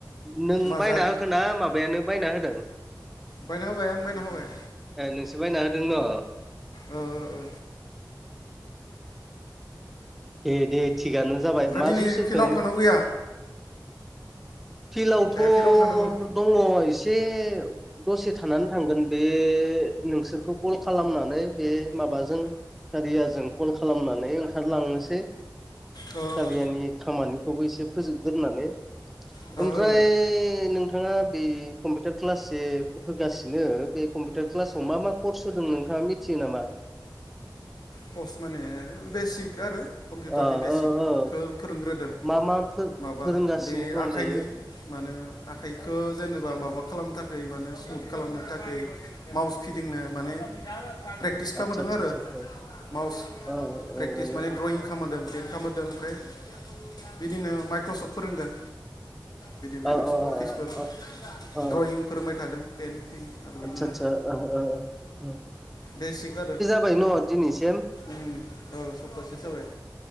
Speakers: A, in the centre; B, on the left (about 60°).
A: नों
B: माजा
A: बायना होखो ना माबायानो बायना होदों।
B: बायना होबाय आं बायना होबाय।
A: ए नोंसोर बाय न' होदों न'।
B: ओ ओ ओ।
A: दे दे थिगानो जाबाय
B: ओमफ्राय
A: मा
B: दिनै
A: जुस होखो।
B: फिल्डआव थांनांगौ गैया
A: फिल्डआवथ'
B: ए फिल्डआव थांनांगौ
A: दङ एसे दसे थानानै थांगोन बे। नोंसोरखौ कल खालामनानै बे माबाजों। गारिया जों कल खालामनानै ओंखारलांनोसै।
B: ओ
A: गारियानि
B: ओ
A: खामानिखौबो एसे फोजोबगोन होननानै।
B: ओ
A: ओमफ्राय नोंथाङा बे कम्पिटार क्लाससे होगासिनो बे कम्पिटार क्लासाव मा मा कर्स होदों नोंथाङा मि थियो नामा?
B: पस्ट माने बेसिक आरो कम्पिटारनि
A: ओ
B: बेसिकखो
A: ओ ओ
B: फोरोंग्रोदों
A: मा मा
B: माबा
A: फोरोंगासिनो
B: बे
A: दं
B: आखाइनि
A: दायो
B: मानो आखाइखो जेनेबा माबा खालामनो थाखै मानो स्मुथ खालामनो थाखै माउस फिदिंनो माने प्रेक्टिस खामहोदों
A: आदसा आदसा
B: आरो।
A: आदसा आदसा
B: माउस
A: ओ
B: प्रेक्टिस
A: ओ ओ
B: माने
A: ओ
B: ड्रयिं खामहोदों प्रेन्ट खामहोदों ओमफ्राय बिदिनो माइक्रसफ्ट फोरोंगोन। बिदि माइक्रसफ्ट
A: ओ
B: अफिसफोर
A: ओ
B: द्रयिं फोरोंबाय थादों पेन्टिं आरो बिदिनो
A: आदसा आदसा ओ ओ ओ ओ ओ।
B: बेसिग आरो।
A: <unintelligible> न' दिनैसेम
B: उम औ सप्तासेसो जाबाय।